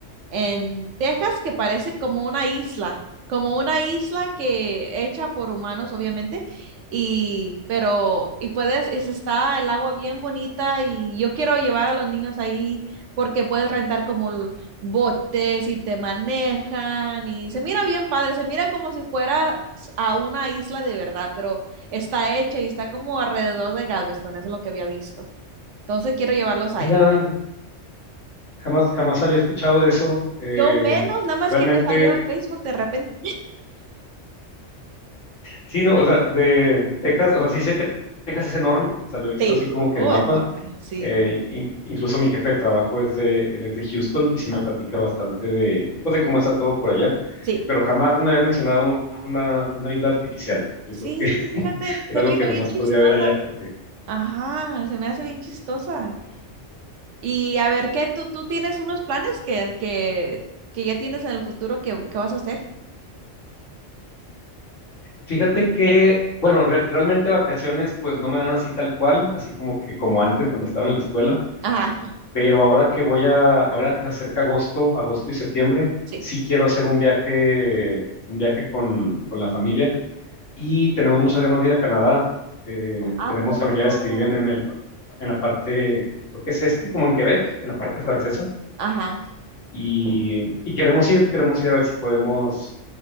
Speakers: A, on the right; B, on the left.
A: en Texas que parece como una isla, como una isla que hecha por humanos, obviamente, y pero y puedes y se está el agua bien bonita y yo quiero llevar a los niños ahí porque puedes rentar como l- botes y te manejan y se mira bien padre, se mira como si fuera s- a una isla de verdad, pero está hecha y está como alrededor de Galveston, eso es lo que había visto. Entonces quiero llevarlos ahí.
B: Mira, jamás, jamás había escuchado de eso. Eh,
A: Yo menos, nada más
B: realmente.
A: que me salió en Facebook de repente.
B: Sí, no, o sea, de, de Texas, o sea, sí sé que Texas es enorme, o sea, lo he visto
A: Sí,
B: así como que
A: Oh,
B: en el mapa.
A: enorme, sí.
B: eh, in- incluso mi jefe de trabajo es de, él es de Houston y sí me platica bastante de, pues, de cómo está todo por allá,
A: sí.
B: pero jamás me había mencionado una, una isla artificial. Yo
A: Sí,
B: creo que <laughs>
A: fíjate,
B: era
A: se
B: algo
A: me hizo
B: que nomás
A: bien chistosa.
B: podría ver allá porque
A: Ajá, se me hace bien chistosa. Y a ver, ¿qué tú, tú tienes unos planes que, que, que ya tienes en el futuro que, que vas a hacer?
B: fíjate que, bueno, re- realmente vacaciones pues no me dan así tal cual, así como que como antes cuando estaba en la escuela
A: Ajá,
B: Pero ahora que voy a, ahora que se acerca agosto, agosto y septiembre,
A: sí.
B: sí quiero hacer un viaje, un viaje con, con la familia y tenemos muchas ganas de ir a Canadá. Eh, tenemos
A: ¿A poco?
B: familiares que viven en el, en la parte, creo que es este, como en Quebec, en la parte francesa,
A: Ajá.
B: y, y queremos ir, queremos ir a ver si podemos,